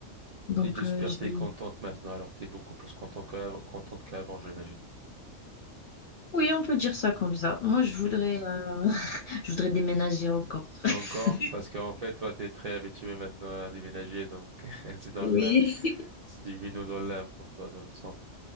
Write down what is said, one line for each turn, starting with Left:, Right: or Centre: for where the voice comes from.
Left: Donc
Right: Et j'espère
Left: euh, j'ai
Right: que tu es contente maintenant. Alors, tu es beaucoup plus contente qu'avant, contente qu'avant, j'imagine.
Left: Oui, on peut dire ça comme ça. Moi,
Right: <laughs>
Left: je voudrais, euh, <laughs> je voudrais déménager encore.
Right: Encore,
Left: <laughs>
Right: parce qu'en fait, toi, tu es très habitué maintenant à déménager, donc <laughs> c'est dans
Left: Oui,
Right: la... c'est du vino dans l'âme pour toi, dans le sang.